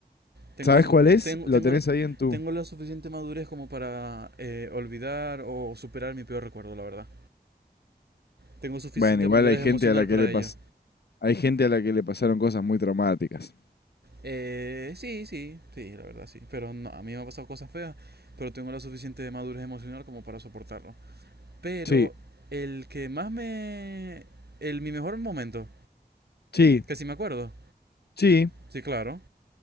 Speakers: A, on the right; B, on the left.
A: Tengo
B: ¿Sabes
A: la, su-
B: cuál es?
A: tengo,
B: Lo
A: tengo,
B: tenés ahí en tu...
A: tengo la suficiente madurez como para eh, olvidar o superar mi peor recuerdo, la verdad. Tengo suficiente
B: Bueno, igual
A: madurez
B: hay gente
A: emocional
B: a la que
A: para
B: le
A: ello.
B: pas- Hay gente a la que le pasaron cosas muy traumáticas.
A: Eh, sí, sí, sí, la verdad, sí. Pero no, a mí me han pasado cosas feas, pero tengo la suficiente madurez emocional como para soportarlo. Pero
B: Sí,
A: el que más me... El, mi mejor momento,
B: Sí,
A: que sí me acuerdo.
B: sí,
A: Sí, claro.